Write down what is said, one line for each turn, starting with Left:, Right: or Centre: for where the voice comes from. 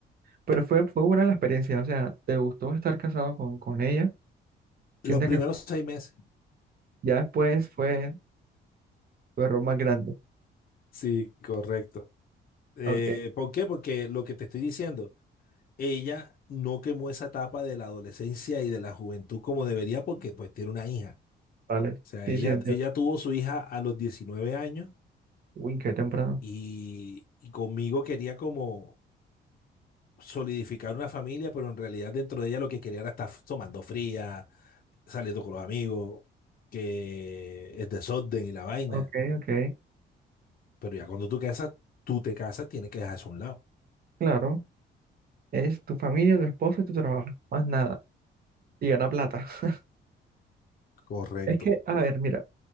Right: Pero fue, fue buena la experiencia, o sea, te gustó estar casado con, con ella. Siente
Left: Los primeros
Right: que
Left: seis meses.
Right: ya después fue tu error más grande.
Left: Sí, correcto. Eh,
Right: Ok,
Left: ¿por qué? Porque lo que te estoy diciendo, Ella no quemó esa etapa de la adolescencia y de la juventud como debería porque pues tiene una hija.
Right: vale.
Left: O sea,
Right: Sí,
Left: ella,
Right: sí, entiendo.
Left: ella tuvo su hija a los 19 años
Right: Uy, qué temprano.
Left: y, y conmigo quería como solidificar una familia, pero en realidad dentro de ella lo que quería era estar tomando fría, saliendo con los amigos, que es desorden y la vaina.
Right: Ok, ok,
Left: Pero ya cuando tú casas, tú te casas, tienes que dejar eso a un lado.
Right: claro. Es tu familia, tu esposo y tu trabajo, más nada. Y gana plata. <laughs>
Left: Correcto.
Right: Es que, a ver, mira,